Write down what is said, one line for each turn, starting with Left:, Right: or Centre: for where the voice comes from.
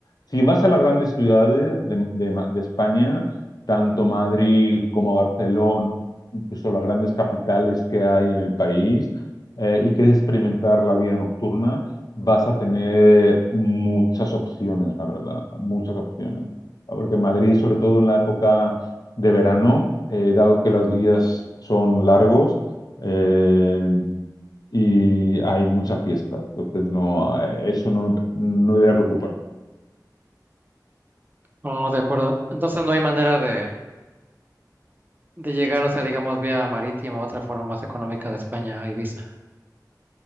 Left: si vas a las grandes ciudades de, de Ma- de España, tanto Madrid como Barcelona, incluso las grandes capitales que hay en el país, eh, y quieres experimentar la vida nocturna, vas a tener muchas opciones, la verdad, muchas opciones. Ah, Porque Madrid, sobre todo en la época de verano, eh, dado que las vías son largos eh, y hay mucha fiesta, entonces no, eh, eso no, no debería preocuparte.
Right: No, de acuerdo. Entonces no hay manera de, de llegar, o sea, digamos, vía marítima, otra forma más económica de España a Ibiza.